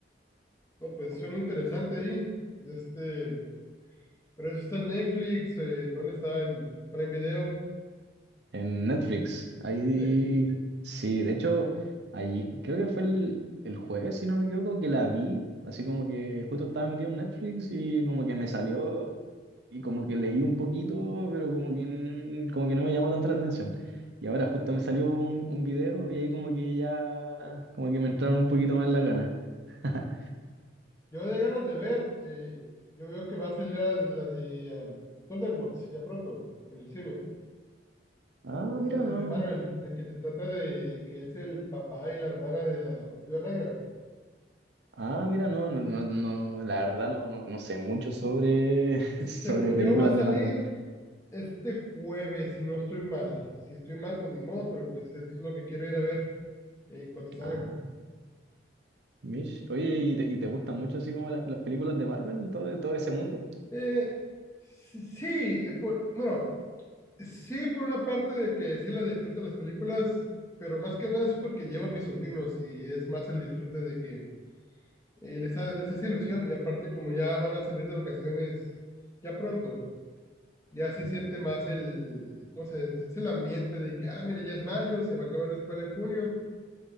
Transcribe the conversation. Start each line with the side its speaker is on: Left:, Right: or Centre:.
Left: No, pues suena interesante ahí. Este, pero eso está en Netflix, eh, ¿dónde está? En Prime Video,
Right: En Netflix, ahí
Left: Netflix.
Right: sí, de hecho, allí creo que fue el, el jueves, si no me equivoco, que la vi, así como que justo estaba metido en Netflix y como que me salió y como que leí un poquito, pero como que, n- como que no me llamó tanto la atención. Y ahora justo me salió un, un video y ahí como que ya, como que me entraron un poquito más las ganas. <laughs>
Left: Yo de ganas de ver, eh, yo veo que va a salir la, la de um, Thunderbolts, ya pronto, en el cine.
Right: Ah,
Left: Esa
Right: mira,
Left: de
Right: no.
Left: de Marvel, de que se trata de que es el papá y la hermana de la Viuda Negra.
Right: Ah, mira, no, no, no, no, la verdad no, no, no sé mucho sobre, <laughs> sobre
Left: Según
Right: películas
Left: yo, va a salir
Right: de Marvel.
Left: este jueves, si no estoy mal. Si estoy mal, pues ni modo, pero pues es lo que quiero ir a ver en cuanto salga.
Right: Ah, Mish, oye, ¿y te, y te gustan mucho así como las, las películas de Marvel, todo, todo ese mundo?
Left: Eh, sí, eh, por, bueno, sí, por una parte de que sí las disfruto las películas, pero más que nada es porque llevo a mis sobrinos y es más el disfrute de que eh, les, ha- les hace ilusión. Y aparte, como ya van a salir de vacaciones ya pronto. ya
Right: Ah.
Left: se siente más el, ¿cómo se dice? Es el ambiente de que, ah, mira, ya es mayo, se va a acabar la escuela en junio,